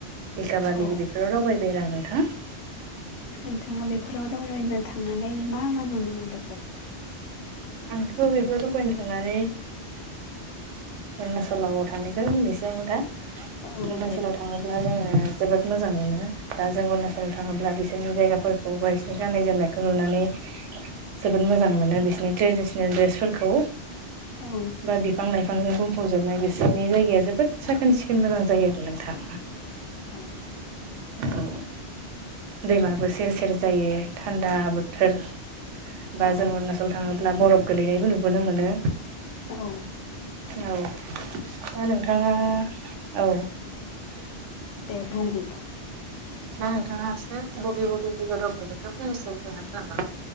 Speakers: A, on the right; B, on the left.
A: दिखाबालिं
B: औ
A: बेफोराव दावबायबाय आरो आं नोंथां।
B: नोंथाङा बेफोराव दावबायनो थांनानै मा मा नुनो मोनबोखो?
A: आंथ बेफोराव दावबायायनो थांनानै अरुणाचलाव थांनायखौनो होननोसै आं दा
B: औ
A: अरुणाचलाव
B: दे
A: थाङोब्ला जोङो जोबोद मोजां मोनो। दा जों अरुणचलाव थाङोब्ला बिसोरनि जायगाफोरखौ बांसिन गाननाय जोमनायखौ नुनानै जोबोद मोजां मोनो बिसोरनि ट्रेदिसनेल द्रेसफोरखौ
B: औ
A: बा बिफां लाइ बिफांजों बुंफबजोबनाय बिसोरनि जायगाया जोबोद साखोन सिखोन मोजां जायो आरो नोंथां।
B: औ।
A: औ दैमाबो सेर सेर जायो थान्दा बोथोर बा
B: औ
A: जों अरुणाचल थाङोब्ला बरफ गोलैनायबो नुबोनो मोनो।
B: औ
A: औ दा नोंथाङा औ।
B: दे बुंबायथा
A: दा नोंथाङासो बबे बबे <unintelligible> फैनोसो बुंनो हागोन नामा?